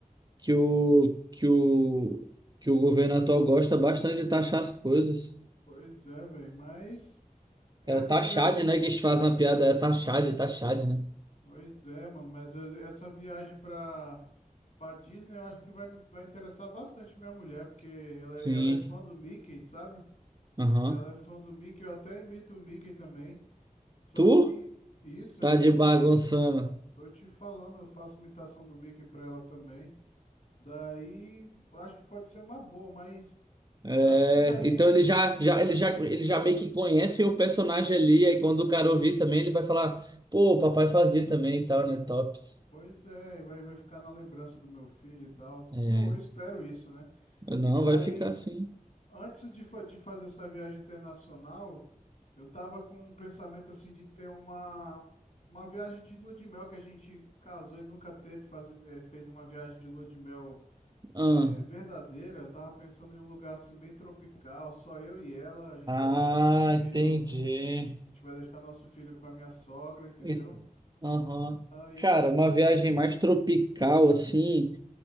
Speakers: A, on the right (about 30°); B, on the left (about 65°).
A: que o que o que o governo atual gosta bastante de taxar as coisas.
B: Pois é, velho, mas essa
A: É o taxade,
B: viagem,
A: né, que eles fazem a piada, é taxade, taxade, né?
B: pois é, mano, mas e- essa viagem para para Disney, eu acho que vai me vai interessar bastante minha mulher, porque ela,
A: Sim.
B: é- ela é fã do Mickey, sabe?
A: Aham.
B: Ela é fã do Mickey, eu até imito o Mickey também. Só
A: Tu
B: que isso,
A: tá
B: eu imito
A: de bagunçando.
B: o Mickey. Tô te falando, eu faço imitação do Mickey pra ela também. Daí, acho que pode ser uma boa, mas
A: É,
B: antes da gente.
A: então ele já, já, ele já, ele já meio que conhece o personagem ali, aí quando o cara ouvir também, ele vai falar, pô, o papai fazia também e tal, né? Tops.
B: Pois é, vai, vai ficar na lembrança do meu filho e tal.
A: É.
B: Eu, eu espero isso, né?
A: Não,
B: Mas
A: vai ficar assim.
B: antes de, fa- de fazer essa viagem internacional, eu tava com um pensamento assim de ter uma, uma viagem de lua de mel que a gente casou e nunca teve, fazer, eh, fez uma viagem de lua de mel
A: Ah,
B: É verdadeira, eu tava pensando em um lugar assim bem tropical, só eu e ela, a gente
A: ah,
B: vai deixar nosso filho,
A: entendi.
B: a gente vai deixar nosso filho com a minha sogra, entendeu?
A: E- Aham.
B: Aí,
A: Cara, uma viagem mais tropical, assim.